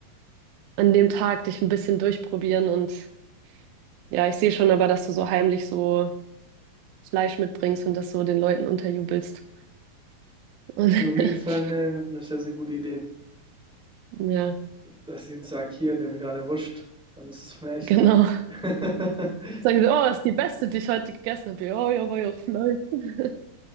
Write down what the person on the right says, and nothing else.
an dem Tag dich ein bisschen durchprobieren. Und ja, ich sehe schon aber, dass du so heimlich so Fleisch mitbringst und das so den Leuten unterjubelst. Und
<laughs>
ja,
genau.
Sagen sie, oh, ist die beste, die ich heute gegessen habe. Ja, ja, war ja auch Fleisch. <laughs>